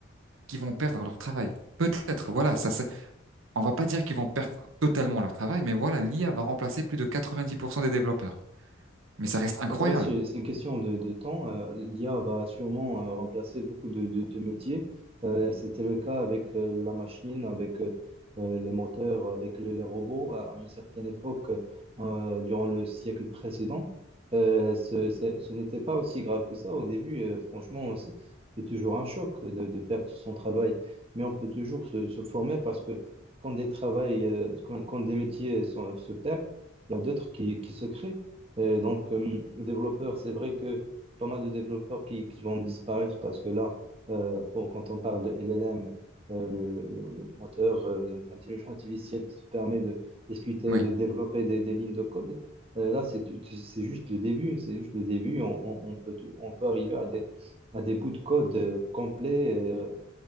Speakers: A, on the right (about 85°); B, on the right (about 30°).
A: qui vont perdre leur travail. Peut-être, voilà, ça, c'est- on va pas dire qu'ils vont perdre totalement leur travail, mais voilà, l'IA va remplacer plus de 90% des développeurs. Mais ça reste incroyable.
B: C'est vrai, c'est c'est une question de, de temps. Euh, l'IA va sûrement euh, remplacer beaucoup de, de- de métiers. Euh, c'était le cas avec euh, la machine, avec euh, euh, les moteurs, avec le- les robots euh, à une certaine époque, euh, durant le siècle précédent. Euh, ce ce- ce n'était pas aussi grave que ça au début. Euh, franchement, c'est c'est toujours un choc de, de perdre son travail. Mais on peut toujours se, se former parce que quand des travails, euh, quand, quand des métiers sont- se perdent, il y a d'autres qui, qui se créent. Et donc, euh, développeur, c'est vrai que pas mal de développeurs qui, qui vont disparaître parce que là, euh, pour- quand on parle de LLM, euh, le, le- le- le moteur euh, de- d'intelligence artificielle qui te permet de discuter,
A: Oui.
B: de développer des, des lignes de code, euh, là, c'est c'est juste le début. C'est juste le début. On, on- on peut, tout- on peut arriver à des, à des bouts de code euh, complets, euh,